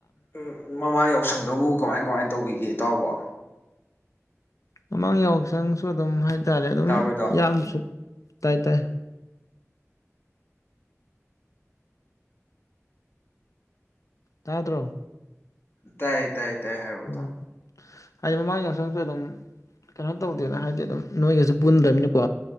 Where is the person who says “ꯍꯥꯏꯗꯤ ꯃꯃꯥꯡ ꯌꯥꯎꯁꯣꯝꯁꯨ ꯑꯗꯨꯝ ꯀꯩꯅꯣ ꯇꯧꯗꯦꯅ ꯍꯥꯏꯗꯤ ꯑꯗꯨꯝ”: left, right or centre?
Left